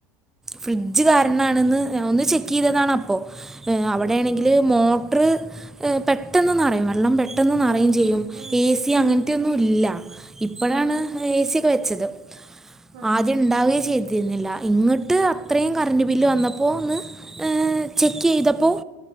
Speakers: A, in the centre; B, on the right.
A: ഫ്രിഡ്ജ് കാരണാണ്ന്ന് ഒന്ന് ചെക്കെയ്തതാണ് അപ്പൊ. ഈഹ് അവ്ടെണെങ്കില്
B: ഓഹ്
A: മോട്ട്റ് ഏഹ് പെട്ടെന്ന് നിറയും വെള്ളം പെ ട്ടന്ന് നിറയേം
B: ആഹ്
A: ചെയ്യും
B: ആഹ് ആഹ്
A: എ സി അങ്ങൻത്തെയോന്നുല്ല ഇപ്പഴാണ്
B: ആഹ് ആഹ്
A: എ സി ഒക്കെ വെച്ചത്.
B: ആഹ്
A: ആദ്യം ഇണ്ടാവേ ചെയ്തിര്ന്നില്ല ഇങ്ങട്ട് അത്രയും
B: ഉം
A: കറണ്ട് ബില്ല് വന്നപ്പോ ഒന്ന്. ഈഹ് ചെക്കെയ്തപ്പോ